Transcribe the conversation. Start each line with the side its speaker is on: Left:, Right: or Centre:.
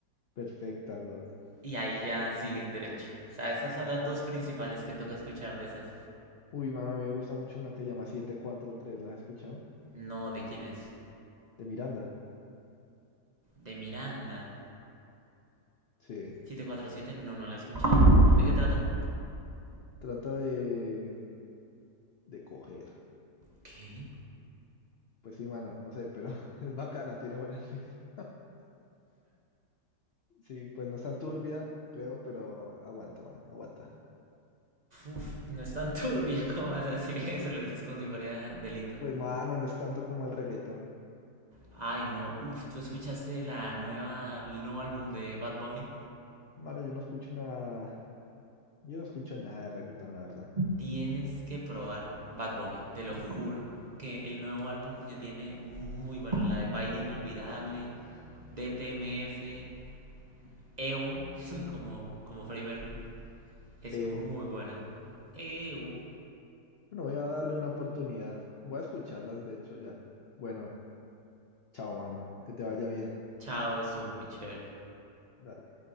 Left: Perfecta, God.
Right: y ahí ya siguen derecho. O sea, esas son las dos principales que toca escuchar de esas.
Left: Uy, mano, a mí me gusta mucho una que se llama siete cuatro tres ¿la has escuchado?
Right: No, ¿de quién es?
Left: De Miranda.
Right: De Miranda.
Left: Sí.
Right: 747, no, no la he escuchado. ¿De qué trata?
Left: Trata de, de coger.
Right: ¿Qué?
Left: Pues sí, mano, no sé, pero <laughs> es bacana, tiene buen ritmo. <laughs> Sí, pues no es tan turbia, creo, pero aguanta, mano, aguanta.
Right: Uf, no es tan <laughs> turbia como vas a decir eso, lo decís como si fuera delito.
Left: Pues mano, no es tanto como el reggaetón.
Right: Ay, no, uf, ¿tú escuchaste la nueva, el nuevo álbum de Bad Bunny?
Left: Mano, yo no escucho nada, yo no escucho nada de reggaetón, la verdad.
Right: Tienes que probar Bad Bunny, te lo juro. Que el nuevo álbum que tiene muy bueno, la de Baile Inolvidable, DTMF, EO, <laughs> como, como Freddie Mercury, es
Left: Eo.
Right: muy buena. EO,
Left: Bueno, voy a darle una oportunidad. Voy a escucharlas, de hecho, ya. Bueno, chao, mano. Que te vaya bien.
Right: chao, estuvo muy chévere.
Left: Dale.